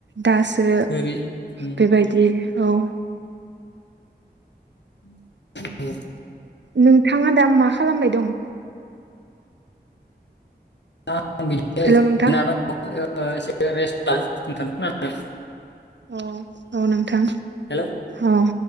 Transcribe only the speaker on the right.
दासो
बेबायदि औ
नोंथाङा दा मा खालामबाय दं?
हेल'
नोंथां
औ औ नोंथां
औ